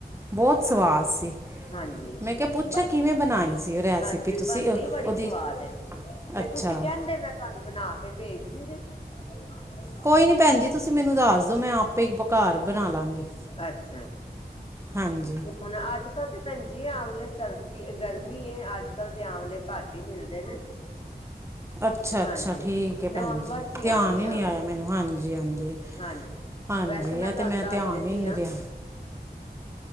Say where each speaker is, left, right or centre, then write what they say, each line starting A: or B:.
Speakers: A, on the right (about 15°); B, on the left (about 35°).
A: ਬਹੁਤ ਸਵਾਦ ਸੀ।
B: ਹਾਂਜੀ,
A: ਮੈਂ ਕਿਹਾ ਪੁੱਛਾਂ
B: ਬ
A: ਕਿਵੇਂ ਬਣਾਈ ਸੀ ਉਹ ਰੈਸਿਪੀ
B: ਹਾਂਜੀ,
A: ਤੁਸੀਂ
B: ਬਣਦੀ
A: ਅ,
B: ਬੜੀ
A: ਉਹਦੀ
B: ਸਵਾਦ ਏ। ਤੇ
A: ਅੱਛਾ
B: ਤੁਸੀਂ ਕੈਂਦੇ ਮੈਂ ਤੁਹਾਨੂੰ ਬਣਾ ਕੇ ਭੇਜ ਦਿੰਦੀ। <unintelligible>
A: ਕੋਈ ਨੀਂ ਭੈਂਜੀ ਤੁਸੀਂ ਮੈਨੂੰ ਦੱਸ ਦੋ, ਮੈਂ ਆਪੇ ਈ ਬ-ਘਰ ਬਣਾ ਲਾਂਗੀ।
B: ਅੱਛਾ ਜੀ
A: ਹਾਂਜੀ।
B: ਹੁਣ ਅੱਜ-ਕੱਲ ਤੇ ਭੈਂਜੀ ਆਂਵਲੇ ਸਰਦੀ-ਗਰਮੀ ਏ, ਅੱਜ-ਕਲ ਤੇ ਆਂਵਲੇ ਘੱਟ ਈ ਮਿਲਦੇ ਨੇ। <unintelligible>
A: ਅੱਛਾ-ਅੱਛਾ
B: ਹਾਂਜੀ
A: ਠੀਕ ਏ ਭੈਂਜੀ,
B: ਨਵੰਬਰ ਚ ਹੀ
A: ਧਿਆਨ
B: ਆਣਗੇ
A: ਈ
B: ਆਵਲੇ
A: ਨੀ ਆਇਆ ਮੈਨੂੰ, ਹਾਂਜੀ-ਹਾਂਜੀ!
B: ਹਾਂਜੀ
A: ਹਾਂਜੀ
B: ਵੈਸੇ
A: ਐ
B: ਤੁਹਾਨੂੰ
A: ਤੇ ਮੈਂ
B: ਦੱਸ
A: ਧਿਆਨ
B: ਦਿੰਦੀ
A: ਈ ਨੀ
B: ਹਾਂ
A: ਰਿਆ।